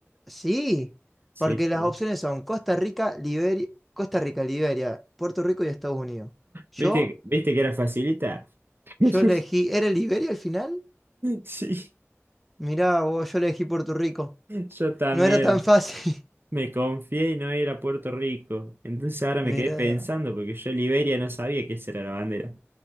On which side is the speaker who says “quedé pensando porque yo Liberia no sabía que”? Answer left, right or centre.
Right